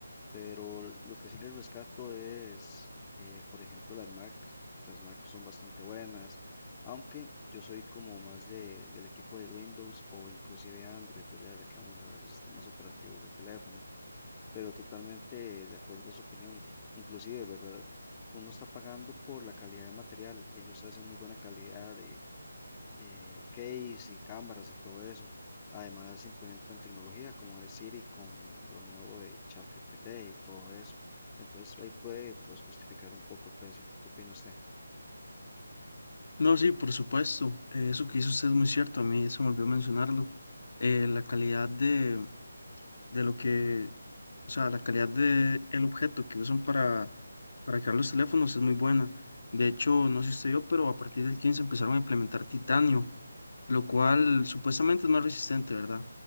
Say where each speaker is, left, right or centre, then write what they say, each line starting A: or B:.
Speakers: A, on the left; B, on the left.
A: pero lo que sí les rescato es, eh, por ejemplo, las Mac. Las Mac son bastante buenas, aunque yo soy como más de, del equipo de Windows o inclusive Android, ¿verdad? Ya que vamos a sistemas operativos de teléfono, pero totalmente de acuerdo a su opinión. Inclusive, ¿verdad? Uno está pagando por la calidad de material. Ellos hacen muy buena calidad de case y cámaras y todo eso. Además, implementan tecnología como es Siri con lo nuevo de ChatGPT y todo eso. Entonces, ahí puede pues, justificar un poco el precio. ¿Qué opina usted?
B: No, sí, por supuesto. eh, eso que hizo usted es muy cierto. A mí se me olvidó mencionarlo. Eh, la calidad de, de lo que, o sea, la calidad de el objeto que usan para, para crear los teléfonos es muy buena. De hecho, no sé si usted vio, pero a partir del 15 empezaron a implementar titanio, lo cual supuestamente es más resistente, ¿verdad?